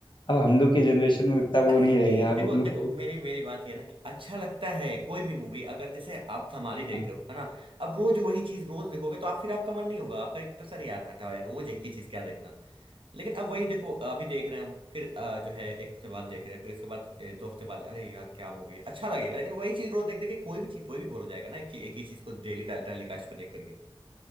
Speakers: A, on the left; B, on the right.
A: अब हम लोग की जनरेशन में उतना वो
B: अरे
A: नहीं
B: नहीं नहीं
A: रह गया अब
B: देखो
A: हम
B: देखो
A: लोग को
B: मेरी मेरी बात ये है ना कि अच्छा लगता है कोई भी मूवी अगर जैसे आप धमाली देख
A: तो
B: रहे हो है ना अब रोज वही चीज रोज देखोगे तो आप फिर आपका मन नहीं होगा आपका एक तरह से यार हटाओ यार रोज एक ही चीज क्या देखना लेकिन अब वही देखो अभी देख रहे हैं हम फिर अ, जो है एक हफ्ते बाद देख रहे हैं फिर उसके बाद ए, दो हफ्ते बाद अरे यार क्या मूवी है अच्छा लगेगा लेकिन वही चीज रोज देख देख के कोई भी चीज कोई भी बोर हो जाएगा ना एक, ही- एक ही चीज को डेली टाल टाली कास्ट को देख करके